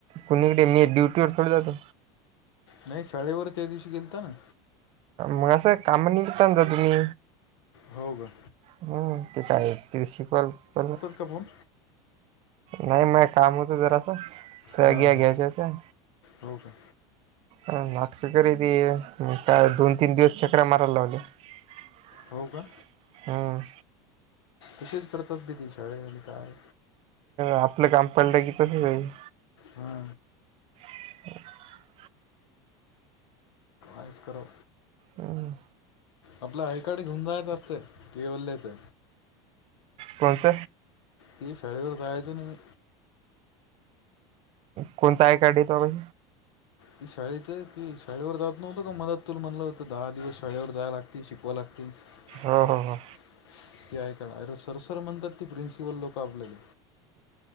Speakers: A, on the right; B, on the left.
A: कोणीकडे मी ड्युटीवर थोडी जातो.
B: नाही शाळेवर त्या दिवशी गेलतो ना.
A: मग असं कामा नीडतान जा तुम्ही.
B: हो का
A: हम्म ते काय ते शिकवल पण
B: कबुन
A: नाही मग काम होतं जरासा साय
B: हां
A: घ्या घ्यायच्या होतेय.
B: हो का?
A: अ नाटकं करी ती म काय दोन-तीन दिवस चक्रा मारायला लावल्या. <unintelligible>
B: हो का?
A: हां
B: तसेच करतात बी दी शाळे <unintelligible> काय?
A: आपलं काम पाडलं की तसंच होईल.
B: हा.
A: <inaudible> <inaudible>
B: आयस करो
A: हम्म.
B: आपल्या आयकार्ड घेऊण जायचं असते केवल्याचा.
A: कोणच?
B: ती शाळेवर जायचे ना मी.
A: कोणचा आयकार्ड येतो बाई?
B: ती शाळेच ती शाळेवर जात नव्हत का मदा तुल म्हणलं होतं दहा दिवस शाळेवर जायला लाग ती शिकवा लागतील. ती
A: हो हो हो
B: ऐकाणारी सर सर म्हणतात ती प्रिन्सिपल लोकं आपल्याली.